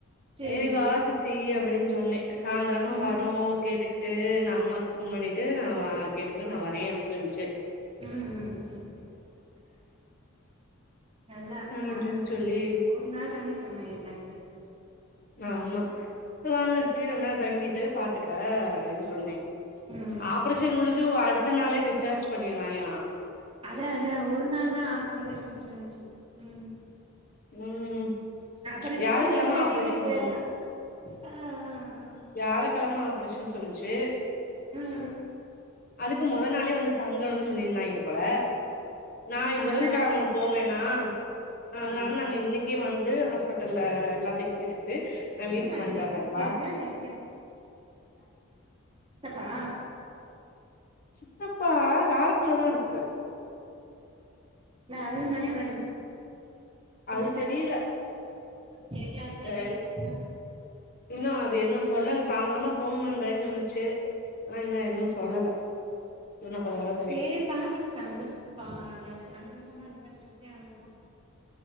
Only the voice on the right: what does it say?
சேரி
ம்
ம்
ம் ம் ம் நல்லா பாக்கது
ஒரு நாள்தானஸ் சொன்ன இங்க தங்கறது
ம்
அதா அதா ஒரு நாள்தா <unintelligible> செஞ்சாங்க ஞ்சு ம்
அப்புறம்
விட்டுடோனே
வீட்டுக்கு போயிடலாம்ஹஹ்
ஹம்
அப்ப
நாளைக்கு
ஆ
ஆ ஆ
சித்தப்பா
எங்க இருக்கு இங்க இருக்கோம் சித்தப்பா
அதுவும் தானே வருது
வண்டா
இருக்கு தேவா இருந்தா
நீங்க
செரி பாத்துங்க சந்தோஷ அவன் சந்தோஷமா நல்லா இருந்த ச